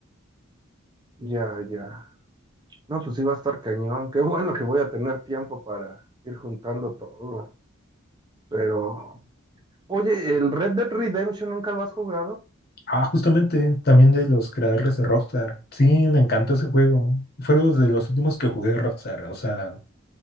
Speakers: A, on the right; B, on the left.
A: Ya, ya. No, pues sí va a estar cañón. Qué bueno que voy a tener tiempo para ir juntando todo. Pero Oye, el Red Dead Redemption nunca lo has jugado.
B: Ah, justamente, también de los creadores de Rockstar. Sí, me encantó ese juego. Fue uno de los últimos que jugué de Rockstar. O sea,